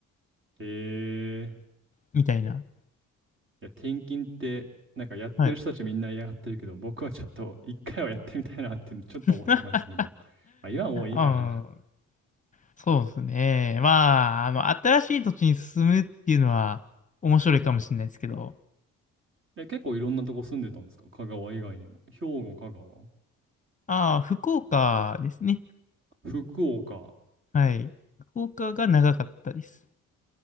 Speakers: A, on the right; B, on the left.
A: い。えー、い
B: みたいな。
A: や、転勤って、なんかやってる人たちみんな嫌がってるけど、
B: はい。
A: 僕はちょっと一回はやってみたいなってちょっと思ってましたけど、
B: <laughs>
A: まあ、今はもういいかな。
B: うん。そうですね。まあ、あの、新しい土地に住むっていうのは面白いかもしれないですけど、
A: え、結構いろんなとこ住んでたんですか香川以外にも。兵庫、香川、
B: ああ、福岡ですね。
A: 福岡。
B: はい。福岡が長かったです。